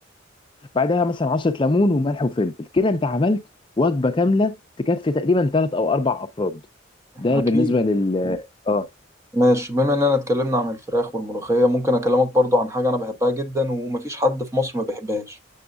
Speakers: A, on the left; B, on the right.
A: بعدها مثلا عصرة ليمون وملح وفلفل كده انت عملت وجبة كاملة تكفي تقريبا ثلاث او اربع افراد ده
B: اكيد
A: بالنسبة لل اه
B: ماشي بما اننا اتكلمنا عن الفراخ والملوخيه ممكن اكلمك برضو عن حاجه انا بحبها جدا ومفيش حد في مصر ما بيحبهاش